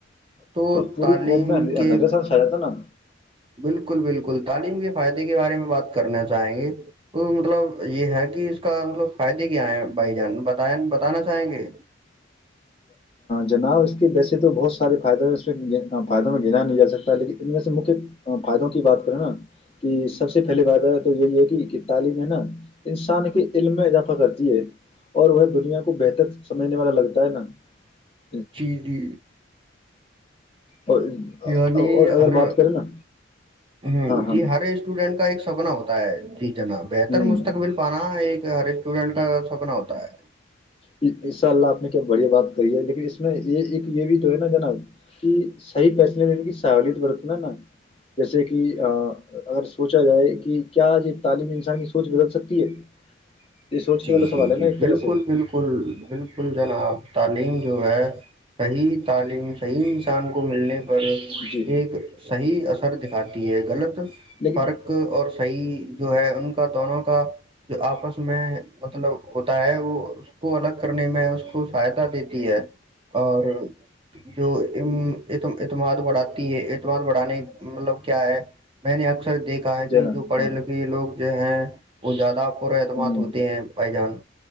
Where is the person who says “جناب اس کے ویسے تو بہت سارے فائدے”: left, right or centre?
Left